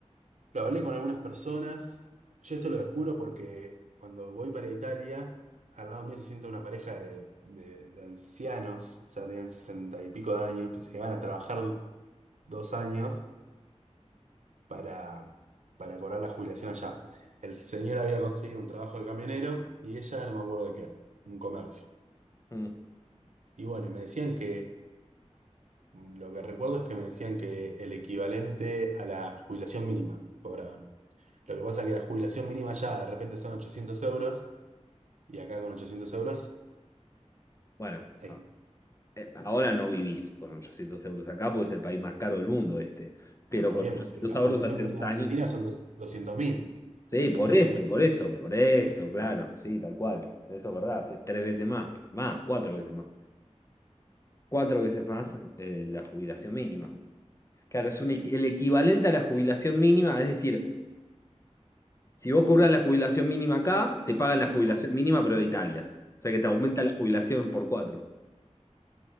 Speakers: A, on the right; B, on the left.
A: lo hablé con algunas personas. Yo esto lo descubro porque cuando voy para Italia, al lado mío se sienta una pareja de, de de ancianos, o sea, tenían sesenta y pico de años, que se van a trabajar dos años para, para cobrar la jubilación allá. El señor había conseguido un trabajo de camionero y ella no me acuerdo de qué, un comercio.
B: Mm.
A: Y bueno, y me decían que, mm, lo que recuerdo es que me decían que el equivalente a la jubilación mínima cobraban. Lo que pasa es que la jubilación mínima ya de repente son ochocientos euros y acá con 800 euros,
B: Bueno,
A: eh,
B: a- eh, ahora no vivís con 800 euros acá porque es el país más caro del mundo este. Pero
A: está
B: con
A: bien,
B: 800
A: pero la
B: euros
A: jubilación
B: hace
A: mínima
B: dos años.
A: de Argentina son dos doscientos mil
B: Sí, por
A: trescientos
B: eso, por eso, por eso, claro. Sí, tal cual. Eso es verdad. Hace tres veces más. Más, cuatro veces más. Cuatro veces más eh, la jubilación mínima. Claro, es un, equ- el equivalente a la jubilación mínima. Es decir, si vos cobras la jubilación mínima acá, te pagan la jubilación
A: 300.000.
B: mínima, pero de Italia. O sea que te aumenta la jubilación por cuatro.